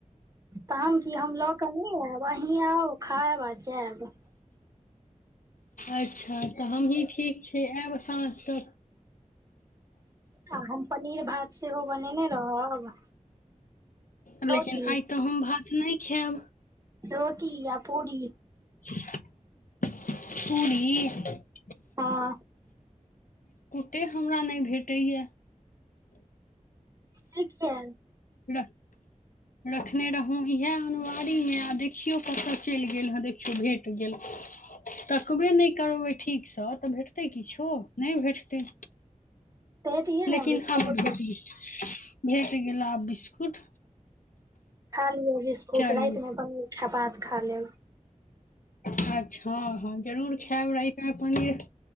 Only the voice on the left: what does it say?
अच्छा तऽ हमही ठीक छी आयब साँझ तक
लेकिन
आइ तऽ हम भात नै खायब
<inaudible> <unintelligible> पूरी
ते हमरा नहि भेटैय
ल रखने रहु इहै अनवारीमे आ देखियौ कतय चलि गेल हे देखियौ भेट गेल तकबे नहि करबै ठीकसँ तऽ भेटतै किछो नहि भेटतै
लेकिन
आब भेट भेट गेला आब बिस्कुट
चलू
अच्छा हँ हँ जरूर खायब र ते पनीर